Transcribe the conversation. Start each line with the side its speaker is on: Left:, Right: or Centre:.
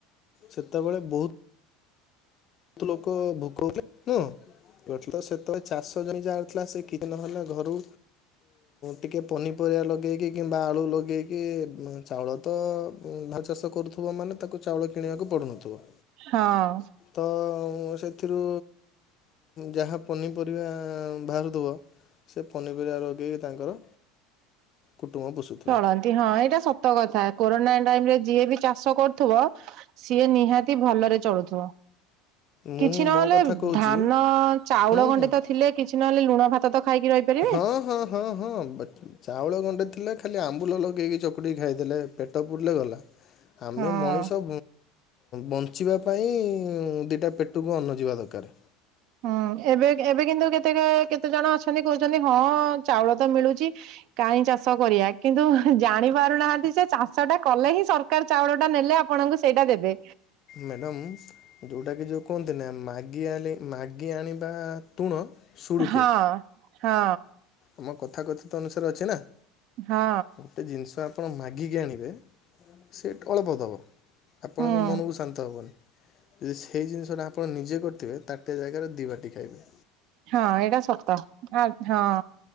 Left: ସେତେବେଳେ ବହୁତ ବହୁତ ଲୋକ ଭୋକ ହଉଥିଲେ ତ ସେତବେଳେ ଚାଷ ଯ ଯାହା ଥିଲା ସେ କିଛି ନହେଲେ ଘରୁ ଟିକେ ପନିପରିବା ଲଗେଇକି କିମ୍ବା ଆଳୁ ଲଗେଇକି ଚାଉଳ ତ ଧାନ ଚାଷ କରୁ ଥିବା ମାନେ ତାକୁ ଚାଉଳ କିଣିବାକୁ ପଡୁନଥିବ।
Right: ହଁ
Left: ତ ସେଥିରୁ ଯାହା ପନିପରିବା ବାହାରୁଥିବ ସେ ପନିପରିବା ଲଗେଇକି ତାଙ୍କର କୁଟୁମ୍ବ ପୋଷୁଥିବେ।
Right: ଚଳନ୍ତି ହଁ ଏଇଟା ସତ କଥା କୋରୋନା ଟାଇମ ରେ ଯିଏ ବି ଚାଷ କରୁଥିବ ସିଏ ନିହାତି ଭଲରେ ଚଳୁଥିବ।
Left: ମୁଁ
Right: କିଛି ନହେଲେ
Left: ମୋ କଥା କହୁଛି
Right: ଧାନ ଚାଉଳ
Left: ହୁଁ
Right: ଗଣ୍ଡେ
Left: ହୁଁ
Right: ତ ଥିଲେ କିଛି ନହେଲେ ଲୁଣ ଭାତ ତ ଖାଇକି ରହିପାରିବେ।
Left: ହଁ ହଁ ହଁ ହଁ ଚାଉଳ ଗଣ୍ଡେ ଥିଲା ଖାଲି ଆମ୍ବୁଲ ଲଗେଇକି ଚକୁଡ଼ିକି ଖାଇଦେଲେ ପେଟ ପୁରିଲ ଗଲା ଆମେ
Right: ହଁ।
Left: ମଣିଷ ବଞ୍ଚିବା ପାଇଁ ଦୁଇଟା ପେଟକୁ ଅନ୍ନ ଯିବା ଦରକାର।
Right: ହୁଁ ଏବେ ଏବେ କିନ୍ତୁ କେତେ କେତେ ଜଣ ଅଛନ୍ତି କହୁଛନ୍ତି ହଁ ଚାଉଳ ତ ମିଳୁଛି କାହିଁ ଚାଷ କରିବା କିନ୍ତୁ ଜାଣି ପାରୁନାହାନ୍ତି ସେ ଚାଷ ଟା କଲେ ହିଁ ସର ଚାଉଳ ଟା ନେଲେ ଆପଣଙ୍କୁ ସେଇଟା ଦେବେ।
Left: ମ୍ୟାଡ଼ମ୍ ଯେଉଁଟାକି ଯେଉଁ କୁହନ୍ତି ନା ମାଗିଆଣି ମାଗି ଆଣିବା ତୁଣ ସୁଡ଼ୁକେ।
Right: ହଁ ହଁ
Left: ଆମ କଥା କଥିତ ଅନୁସାରେ ଅଛି ନା।
Right: ହଁ
Left: ଗୋଟେ ଜିନିଷ ଆପଣ ମାଗିକି ଆଣିବେ ସେ ତ ଅଳ୍ପ ଦେବ ଆପଣଙ୍କ
Right: ହୁଁ
Left: ମନକୁ ଶାନ୍ତ ହେବନି ଯଦି ସେଇ ଜିନିଷଟା ଆପଣ ନିଜେ କରିଥିବେ ତାଟିଆ ଜାଗାରେ ଦିବାଲଟି ଖାଇବେ।
Right: ହଁ ଏଇଟା ସତ ହଁ